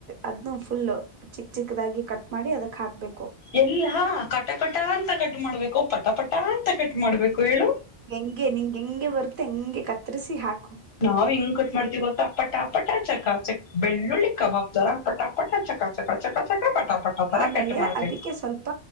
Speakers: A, on the right; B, on the left.
A: ಅದನ್ನು ಫುಲ್ಲ ಚಿಕ್ಕ ಚಿಕ್ಕದಾಗಿ ಕಟ್ ಮಾಡಿ ಅದಕ್ಕೆ ಹಾಕ್ಬೇಕು
B: ಎಲ್ಲ ಕಟಕಟ ಅಂತ ಕಟ್ ಮಾಡ್ಬೇಕು ಪಟ ಪಟ ಅಂತ ಕಟ್ ಮಾಡ್ಬೇಕು ಹೇಳು
A: ಹೆಂಗೆ ನಿಂಗೆ ಹೆಂಗೆ ಬರುತ್ತೆ ಹೆಂಗೆ ಕತ್ತರಿಸಿ ಹಾಕ್
B: ನಾವ್ ಹಿಂಗ್ ಕಟ್ ಮಾಡ್ತಿೀವಿ ಗೊತ್ತಾ ಪಟಾಪಟಾ ಚಕ ಚಕ ಬೆಳ್ಳುಳ್ಳಿ ಕಬಾಬ್ ರ ಪಟ ಪಟ ಚಕ ಚಕ ಚಕ ಚಕ ಪಟ ಪಟ ತರ
A: ಆಮೇಲೆ
B: ಕೆಟ್ಟ ಮಾಡ್ತೇವಿ
A: ಅದಕ್ಕೆ ಸ್ವಲ್ಪ